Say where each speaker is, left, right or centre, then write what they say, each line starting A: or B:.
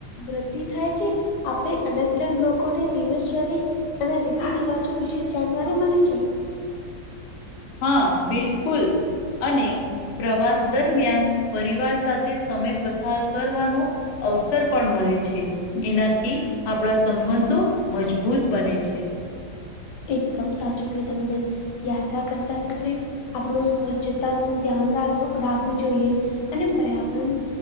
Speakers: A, on the left (about 70°); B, on the left (about 85°).
A: વૃદ્ધિ થાય છે આપણે અલગ અલગ લોકોને જીવનશૈલી અને રીતિ રિવાજો વિશેષ જાણવારી મળે છે.
B: હા બિલકુલ અને પ્રવાસ દરમિયાન પરિવાર સાથે સમય પસાર કરવાનો. અવસર પણ મળે છે. એનાથી આપણા સંબંધો મજબૂત બને છે.
A: એકદમ સાચું કે તમે બેન યાત્રા કરતા સમય. આપણું સ્વચ્છતા નું ધ્યાન રાખ રાખવું જોઈએ અને પર્યાવરણ